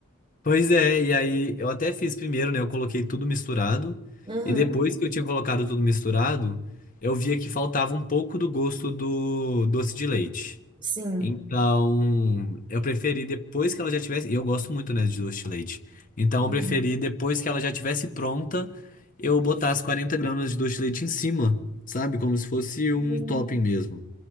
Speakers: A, on the left (about 40°); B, on the right (about 20°).
A: pois é, e aí eu até fiz primeiro, né, eu coloquei tudo misturado
B: Uhum.
A: e depois que eu tinha colocado tudo misturado, eu via que faltava um pouco do gosto do doce de leite.
B: Sim.
A: Então, eu preferi depois que ela já tivesse. E eu gosto muito, né, de doce de leite. Então,
B: Uhum.
A: eu preferi depois que ela já tivesse pronta, eu botar as 40 gramas de doce de leite em cima, sabe? Como se fosse um
B: Hum.
A: topping mesmo.